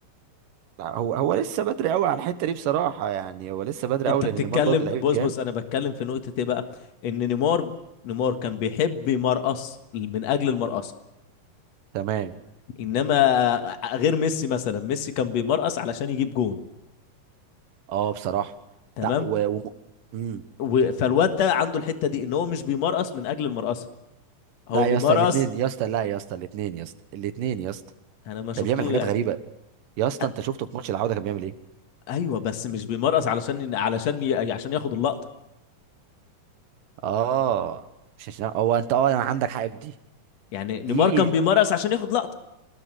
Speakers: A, on the right; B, on the left.
A: لا، هو هو لسه بدري قوي على الحته دي بصراحه يعني هو لسه بدري
B: انت
A: قوي
B: بتتكلم
A: لان نيمار برضه لعيب
B: بص
A: جامد
B: بص انا بتكلم في نقطة ايه بقى ان نيمار نيمار كان بيحب يمرقص من اجل المرقصة
A: تمام
B: انما غير ميسي مثلا ميسي كان بيمرقص علشان يجيب جون
A: اه بصراحه
B: تمام
A: لا و... و... مم.
B: و- فالواد ده عنده الحتة دي ان هو مش بيمرقص من اجل المرقصة هو
A: لا
B: بيمرقص
A: يا اسطى الاثنين يا اسطى لا يا اسطى الاثنين يا اسطى الاثنين يا اسطى
B: انا ما شفتوه
A: ده بيعمل حاجات
B: يعني
A: غريبه يا اسطى
B: أ-
A: انت شفته في ماتش العوده كان بيعمل ايه
B: ايوه بس مش بيمرقص علشان علشان ي- عشان ياخد اللقطة
A: اه مش عشان هو انت اه انا عندك حق في دي
B: يعني
A: دي
B: نيمار كان بيمرقص عشان ياخد لقطة